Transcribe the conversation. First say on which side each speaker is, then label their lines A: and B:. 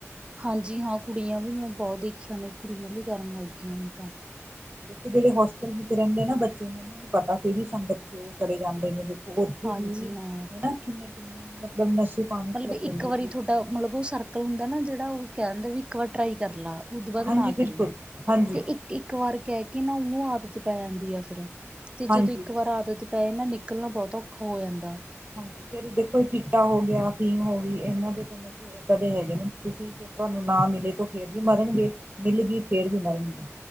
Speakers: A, on the right; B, on the right.
A: ਹਾਂਜੀ ਹਾਂ, ਕੁੜੀਆਂ ਵੀ ਮੈਂ ਬਹੁਤ ਦੇਖੀਆਂ ਨੇ ਕੁੜੀਆਂ ਵੀ ਕਰਨ ਲੱਗ ਗਈਆਂ ਹੁਣ ਤਾਂ।
B: ਦੇਖੋ ਜੇੜੇ ਹੋਸਟਲ ਵਿੱਚ ਰਹਿੰਦੇ ਨਾ ਬੱਚੇ ਮੈਨੂੰ ਨੀ ਪਤਾ ਕਿਹੜੀ ਸੰਗਤ ਚ ਉਹ ਚਲੇ ਜਾਂਦੇ ਨੇ ਜਥ ਉੱਥੇ
A: ਹਾਂਜੀ
B: ਵੀ
A: ਹਾਂ
B: ਹਨਾ ਕਿੰਨੇ-ਕਿੰਨੇ ਮਤਲਬ ਨਸ਼ੇ ਪਾਣੀ ਚ
A: ਮਤਲਬ
B: ਲੱਗ
A: ਇੱਕ
B: ਜਾਂਦੀ
A: ਵਾਰੀ
B: ਕੁੜੀਆਂ
A: ਥੋਡਾ
B: ਦੀ
A: ਮਤਲਬ ਉਹ ਸਰਕਲ ਹੁੰਦਾ ਨਾ। ਜਿਹੜਾ ਉਹ ਕਹਿ ਦਿੰਦਾ ਵੀ ਇੱਕ ਵਾਰ ਟਰਾਈ ਕਰ ਲਾ। ਓਧੋਂ ਬਾਦ
B: ਹਾਂਜੀ
A: ਨਾ
B: ਬਿਲਕੁਲ
A: ਕਰੀ
B: ਹਾਂਜੀ
A: ਤੇ ਇੱਕ ਇੱਕ ਵਾਰ ਕਹਿ ਕੇ ਨਾ ਉਨੂੰ ਆਦਤ ਪੈ ਜਾਂਦੀ ਆ ਫਿਰ ਤੇ ਜਦੋਂ
B: ਹਾਂਜੀ
A: ਇੱਕ ਵਾਰ ਆਦਤ ਤੇ ਨਾ ਨਿਕਲਣਾ ਬਹੁਤ ਔਖਾ ਹੋ ਜਾਂਦਾ।
B: ਹਾਂਜੀ ਫਿਰ ਦੇਖੋ ਚਿੱਟਾ ਹੋ ਗਿਆ, ਫੀਮ ਹੋ ਗਈ ਇਹਨਾਂ ਦੇ ਤਾਂ ਇੱਦਾਂ ਦੇ ਹੈਗੇ ਨੇ ਸੀ ਕਿ ਤੁਹਾਨੂੰ ਨਾ ਮਿਲੇ ਤੋ ਫੇਰ ਵੀ ਮਰਨਗੇ ਮਿਲ ਗਈ ਫੇਰ ਵੀ ਮਰਨਗੇ।